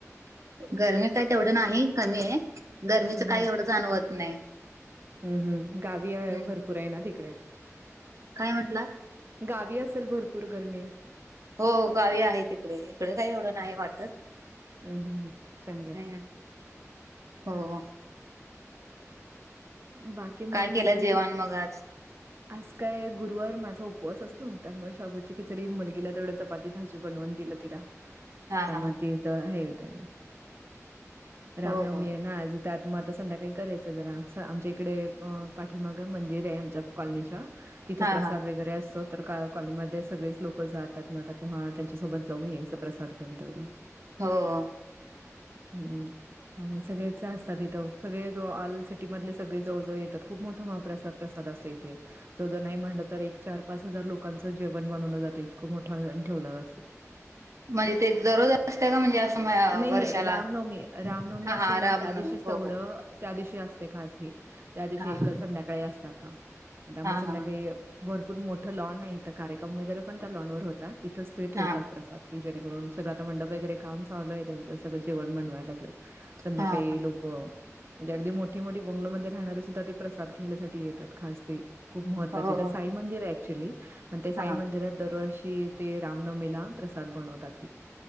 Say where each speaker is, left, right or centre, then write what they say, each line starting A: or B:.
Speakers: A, on the right (about 70°); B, on the right (about 45°).
A: गरमी काय तेवढी नाही, कमी आहे. गर्मीचं
B: हम्
A: काही
B: हम्
A: एवढं जाणवत नाही.
B: हम्म हम् गावी आहे-
A: हूं...
B: भरपूर आहे ना तिकडे
A: काय म्हटलात?
B: गावी असेल भरपूर गरमी
A: हो गावी आहे तिकडे इकडे काही एवढं नाही वाटत.
B: हम्म हम्म हम्म चांगल आहे.
A: हम्म हो.
B: बाकी
A: काय
B: मग
A: केलं
B: अजून
A: जेवण
B: काय?
A: मग आज
B: आज काय गुरुवार माझा उपवास असतो त्यामुळे शाबुची खिचडी मुलगीला तेवढं चप पाती भाजी बनवून दिलं तिला आता
A: हा हा
B: मग तिच हे होतंय रामनवमी
A: हो हो
B: आहे ना आज त्यात मग आता संध्याकाळी करायचं जरा अस आमच्या इकडे अ पाठीमागं मंदिर आहे आमच्या कॉलनीच्या तिथे
A: हा
B: प्रसाद
A: हा
B: वगैरे असतो तर का कॉलनीमध्ये सगळेच लोकं जातात मग आता तेव्हा त्यांच्यासोबत जाऊन यायचं प्रसाद घेऊन तेवढं.
A: हो.
B: हम्म त्यामुळे सगळेच असतात तिथं. सगळे ऑल सिटी मधले सगळे जवळजवळ येतात खूप मोठा महाप्रसाद प्रसाद असतो इथे. जवळ जवळ नाही म्हणल तर एक चार पाच हजार लोकांच जेवण बनवलं जातं इतक मोठा ठेवला जा अस.
A: <inaudible> म्हणजे ते दररोज असते का म्हणजे अस का
B: नाही,
A: वर्षाला
B: नाही. रामनवमी रामनवमी
A: हां
B: असते
A: हां
B: ना,
A: राम
B: त्या
A: नवमी
B: दिवशीच
A: हो
B: तेवढं
A: हो.
B: त्या दिवशी असते खास हे त्या दिवशी
A: हा
B: एका
A: हा
B: संध्याकाळी असते <unintelligible> त्यामुळे
A: हा
B: संध्याकाळी
A: हा
B: भरपूर मोठं लॉन आहे इथ कार्यक्रम वगैरे पण त्या लॉन वर होता तिथंच ते ठेवतात
A: हा
B: प्रसाद की जेणेकरून सगळ आता मंडप वगैरे काम चालू आहे त्यांचच सगळ जेवण बनवाय लागल्यात संध्याकाळी
A: हा
B: लोकं म्हणजे अगदी मोठी मोठी बंगलो मध्ये राहणारी सुद्धा ते प्रसाद घ्यायला साठी येतात खास ते. खूप महत्त्व
A: हो
B: आहे तिथं साई मंदिर आहे ऍक्च्युली पण ते साई
A: हा
B: मंदिरात दरवर्षी ते रामनवमीला प्रसाद बनवतात हे.